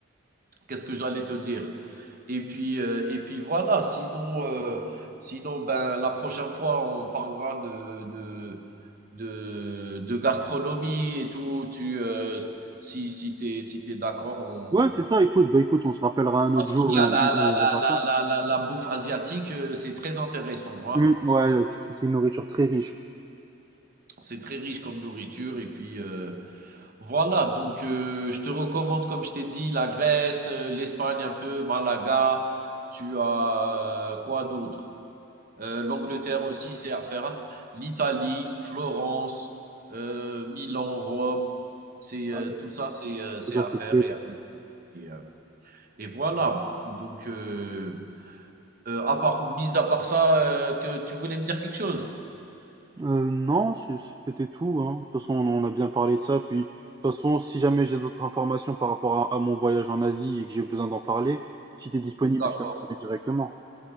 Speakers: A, on the right (about 45°); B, on the right (about 20°).
A: Qu'est-ce que j'allais te dire? Et puis, heu et puis voilà, sinon, heu, sinon, ben, la prochaine fois, on parlera de de de de gastronomie et tout. Tu, heu, si si tu es si t'es d'accord, on
B: Ouais, c'est ça, écoute, bah, écoute, on se rappellera un
A: parce
B: autre jour
A: que la
B: et on
A: la
B: on on
A: la
B: verra ça.
A: la la la la bouffe asiatique, heu, c'est très intéressant, hein.
B: Mmh, ouais, c'est c'est une nourriture très riche.
A: C'est très riche comme nourriture et puis, heu, voilà donc, heu, je te recommande, comme je t'ai dit, la Grèce, heu, l'Espagne un peu, Malaga. Tu as euh, quoi d'autre? Euh, L'Angleterre aussi, c'est à faire. hein. L'Italie, Florence, euh, Milan, Rome, c'est euh,
B: Ouais,
A: tout ça, c'est euh, c'est
B: ça
A: à
B: c'est
A: faire et à visiter. Et, euh, et voilà. Donc, euh, euh, à part, mis à part ça, euh, que tu voulais me dire quelque chose?
B: Heu, non, c'est c'était tout, hein. De toute façon, on a bien parlé de ça, puis de toute façon, si jamais j'ai d'autres informations par rapport à à mon voyage en Asie et que j'ai besoin d'en parler, si t'es disponible,
A: D'accord.
B: je t'appelle directement.